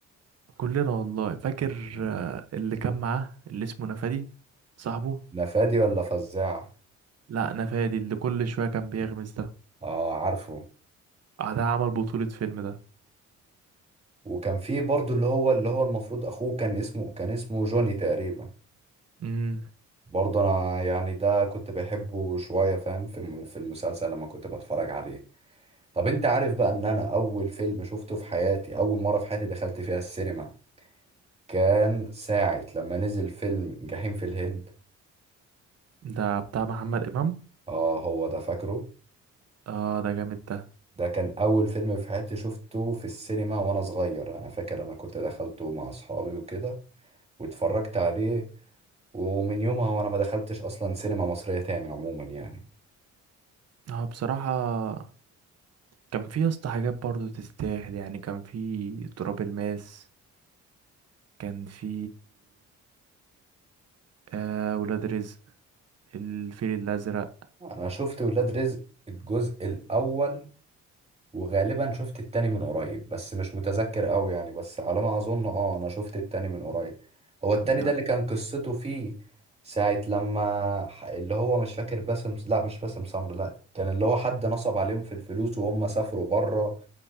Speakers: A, on the right; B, on the right.
A: كلنا والله فاكر آه، اللي كان معاه اللي اسمه نفادي صاحبه
B: نفادي ولا فزاع
A: لا نفادي اللي كل شوية كان بيغمز ده
B: اه عارفه
A: آه، ده عمل بطولة فيلم ده
B: وكان في برضو اللي هو اللي هو المفروض اخوه كان اسمه كان اسمه جوني تقريبا
A: امم
B: برضه انا يعني ده كنت بحبه شويه فاهم في الم- في المسلسل لما كنت بتفرج عليه طب انت عارف بقى ان انا اول فيلم شفته في حياتي اول مره في حياتي دخلت فيها السينما كان ساعه لما نزل فيلم جحيم في الهند
A: ده بتاع محمد امام
B: اه هو ده فاكره
A: اه ده جامد ده
B: ده كان اول فيلم في حياتي شفته في السينما وانا صغير انا فاكر انا كنت دخلته مع اصحابي وكده واتفرجت عليه ومن يومها وانا ما دخلتش اصلا سينما مصريه تاني عموما يعني
A: اه بصراحة كان في يا اسطى حاجات برضو تستاهل يعني كان في تراب الماس كان في آه ولاد رزق الفيل الأزرق
B: انا شفت ولاد رزق الجزء الاول وغالبا شفت التاني من قريب بس مش متذكر قوي يعني بس على ما اظن اه انا شفت التاني من قريب هو التاني
A: لا
B: ده اللي كان قصته فيه ساعة لما ح- اللي هو مش فاكر باسم لا مش باسم سمر لا كان اللي هو حد نصب عليهم في الفلوس وهم سافروا بره